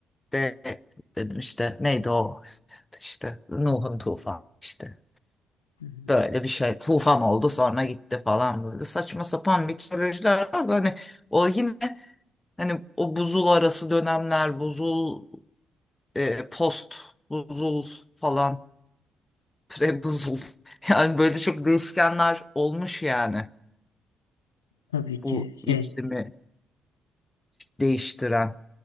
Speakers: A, on the left (about 15°); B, on the left (about 80°).
A: de dedim işte neydi o işte Nuh'un tufanı işte
B: hı hı.
A: böyle bir şey tufan oldu sonra gitti falan böyle saçma sapan mitolojiler var da hani o yine hani o buzul arası dönemler buzul e, post buzul falan pre buzul <laughs> yani böyle çok değişkenler olmuş yani
B: Tabii ki
A: bu
B: şey
A: iklimi değiştiren